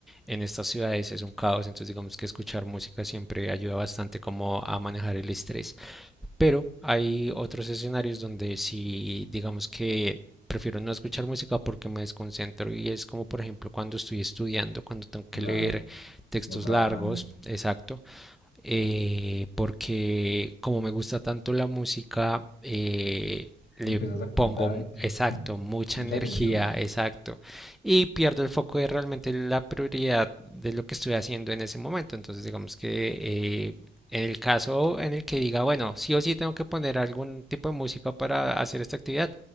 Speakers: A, in the centre; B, on the left.
A: en estas ciudades es un caos, entonces digamos que escuchar música siempre ayuda bastante como a manejar el estrés. Pero hay otros escenarios donde si digamos que prefiero no escuchar música porque me desconcentro y es como por ejemplo cuando estoy estudiando, cuando tengo
B: Claro,
A: que leer textos
B: o trabajando.
A: largos, exacto eh, porque como me gusta tanto la música, eh, le
B: Empezás a
A: pongo,
B: cantar,
A: m- exacto, mucha
B: mucha
A: energía,
B: atención.
A: exacto, y pierdo el foco de realmente la prioridad de lo que estoy haciendo en ese momento. Entonces, digamos que eh, en el caso en el que diga, bueno, sí o sí tengo que poner algún tipo de música para hacer esta actividad,